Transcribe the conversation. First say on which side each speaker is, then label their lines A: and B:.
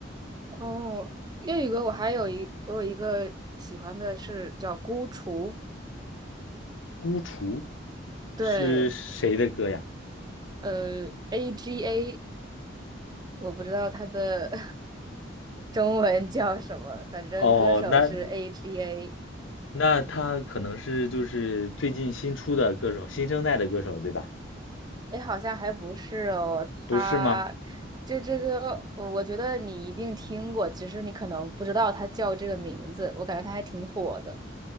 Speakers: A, on the right (about 20°); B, on the left (about 85°).
A: 哦，粤语歌我还有一我有一个喜欢的是叫《孤雏》，
B: 《孤雏》是谁的歌呀？
A: 对，呃，A G A，我不知道它的 <laughs> 中文叫什么，反正歌手是
B: 哦，那
A: A G A，
B: 那他可能是就是最近新出的歌手，新生代的歌手，对吧？
A: 哎，诶好像还不是哦，
B: 不是吗？
A: 他这这个我我觉得你一定听过，只是你可能不知道他叫这个名字，我感觉他还挺火的，